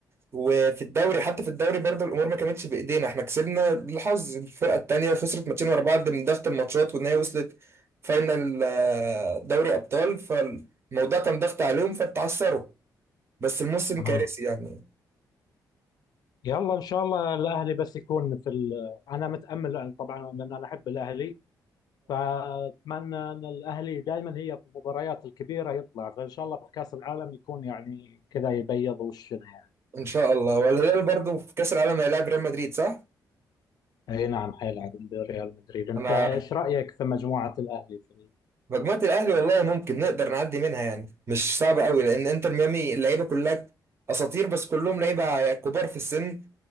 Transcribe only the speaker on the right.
وفي الدوري حتى في الدوري برضه الامور ما كانتش بايدينا احنا كسبنا بالحظ الفرقه التانيه خسرت ماتشين ورا بعض من ضغط الماتشات وان هي وصلت فاينل آه، دوري ابطال فالموضوع كان ضغط عليهم فتعثروا بس الموسم
كارثي يعني
ان شاء الله والهلال برضه في كاس العالم هيلاعب ريال مدريد صح؟
انا
مجموعه الاهلي والله ممكن نقدر نعدي منها يعني مش صعبه قوي لان انتر ميامي اللعيبه كلها اساطير بس كلهم لعيبه كبار في السن